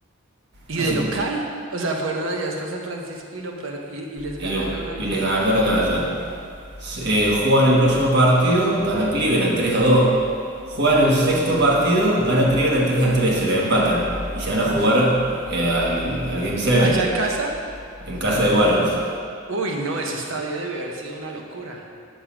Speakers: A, on the right; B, on the right.
A: ¿Y
B: Así
A: de local?
B: que,
A: O sea, fueron allá hasta San Francisco y lo per- y, y les
B: y,
A: ganaron
B: lo-
A: al
B: y les
A: Golden.
B: ganaron allá. Eh, juegan el próximo partido, gana Cleveland 3 a 2. Juegan el sexto partido, gana Cleveland 3 a 3, se la empatan. Y se van
A: Mm.
B: a jugar eh, al, al Game 7
A: Allá en casa,
B: en casa de Warriors.
A: Uy, no, ese estadio debe haber sido una locura.